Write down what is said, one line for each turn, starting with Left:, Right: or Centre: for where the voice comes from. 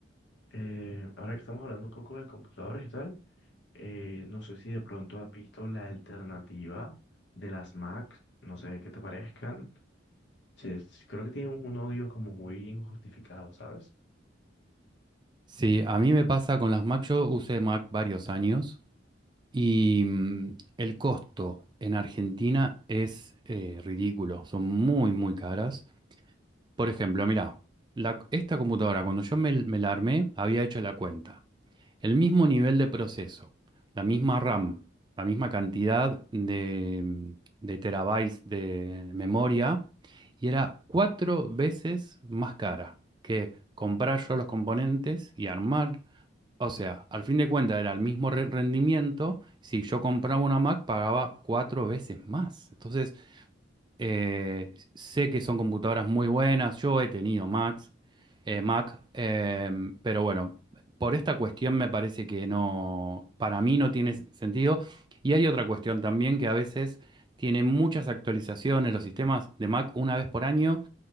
Left: eh, ahora que estamos hablando un poco de computadores y tal, Eh, no sé si de pronto has visto la alternativa de las Macs, no sé qué te parezcan. Sí, es- creo que tienen un odio como muy injustificado, ¿sabes?
Right: sí, a mí me pasa con las Mac, yo usé Mac varios años. Y mm, el costo en Argentina es eh, ridículo, son muy, muy caras. Por ejemplo, mirá, la- esta computadora, cuando yo me, me la armé, había hecho la cuenta. El mismo nivel de proceso, la misma RAM, la misma cantidad de, mm, de terabytes de memoria, y era cuatro veces más cara que comprar yo los componentes y armar o sea, al fin de cuentas era el mismo re- rendimiento. Si yo compraba una Mac, pagaba cuatro veces más. Entonces, eh, sé que son computadoras muy buenas. Yo he tenido Macs, eh, Mac, em, pero bueno, por esta cuestión me parece que no, para mí no tiene sentido. Y hay otra cuestión también que a veces tienen muchas actualizaciones. Los sistemas de Mac, una vez por año,